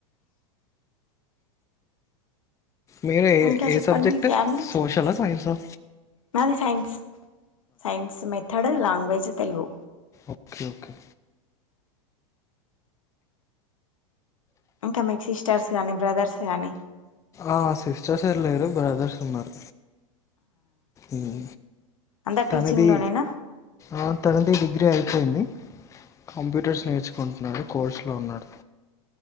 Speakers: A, on the left; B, on the left.
A: మీరు ఏ
B: ఇంకా
A: ఏ
B: చెప్పండి
A: సబ్జెక్ట్
B: మీ ఫ్యామిలీ
A: సోషలా సైన్స్ ఆ
B: నాది science science method language Telugu
A: okay okay
B: ఇంకా మీకు సిస్టర్స్ కానీ బ్రదర్స్ కానీ
A: ఆ సిస్టర్స్ ఎవరు లేరు బ్రదర్స్ ఉన్నారు ఉమ్
B: అందరు
A: తనది
B: టీచింగ్లోనేనా
A: ఆ తనది డిగ్రీ అయి అపోయింది కంప్యూటర్స్ నేర్చుకుంటున్నాడు కోర్స్ లో ఉన్నాడు